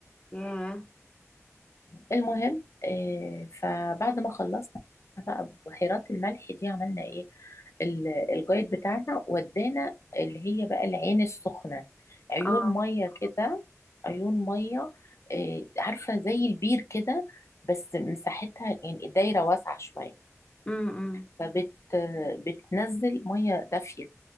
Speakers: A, on the left; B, on the left.
A: ياه
B: المهم آه، فبعد ما خلصنا بحيرات الملح دي عملنا ايه ال- الجايد بتاعنا ودانا اللي هي بقى العين السخنة عيون
A: اه
B: مية كده عيون مية آه، عارفة زي البير كده بس مساحتها يعني الدايرة واسعة شوية
A: امم
B: فبت آه، بتنزل مية دافية